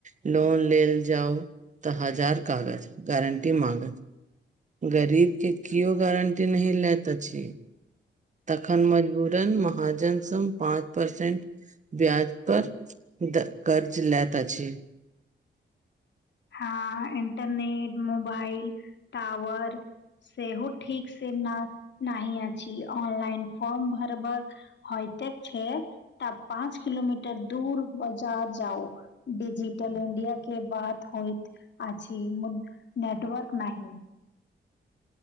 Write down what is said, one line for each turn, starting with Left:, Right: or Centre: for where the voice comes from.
Right: लोन लेल जाउ तऽ हजार कागज गारंटी मागत गरीब के केओ गारंटी नहि लैत अछि। तखन मजबूरन महाजन स पाँच परसेंट। ब्याज पर कर्ज लेैत अछि।
Left: हँ इंटरनेट मोबाइल टाावर से हो ठीक से न नहि अछि ऑनलाइन फॉर्म भरबक होइते छैय तब पाँच किलोमीटर दूर बाजार जाओ डजिटल इंडिया के बात होइत अछि मु नेटवर्क नहि।